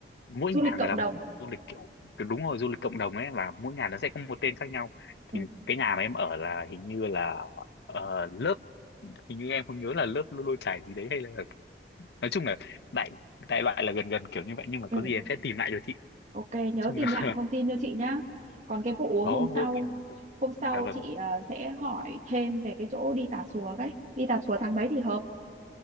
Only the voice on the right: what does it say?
du
lịch cộng
đồng.
Ừ,
ừ,
ok, nhớ
tìm
lại thông tin cho chị nhá. Còn cái vụ
hôm sau
hôm
sau
chị ờ, sẽ hỏi thêm về cái chỗ đi Tà Xùa cái. Đi Tà Xùa tháng mấy thì hợp?